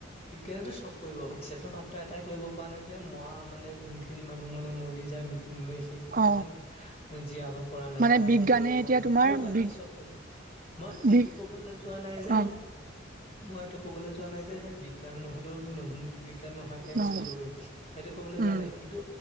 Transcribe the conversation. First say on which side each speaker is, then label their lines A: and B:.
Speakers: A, on the left; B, on the right.
A: বিজ্ঞানেতো চব কৰিব পাৰিছে ত মাত্ৰ এটাই কৰিব পৰা নাই যে মৰা মানে যোনখিনি মানুহ মানে মৰি যায় ম সেইখিনি
B: অ
A: মানুহ জীয়াব পৰা নাই
B: মানে
A: <unintelligible> সেইটো
B: বিজ্ঞানে
A: কৰিব পৰা
B: এতিয়া
A: নাই
B: তোমাৰ
A: আৰু বাকী
B: বি
A: চব কৈছো মই এইটো
B: বি
A: কবলৈ যোৱা নাই যে-
B: অ
A: মই এইটো ক'বলৈ যোৱা নাই যে এ বিজ্ঞান নহলেও নতুন বি বিজ্ঞান নোহোৱাকে আমি
B: নহ'ব
A: চলিব পাৰিম সেইটো কবলৈ যোৱা
B: উম
A: নাই কিন্তু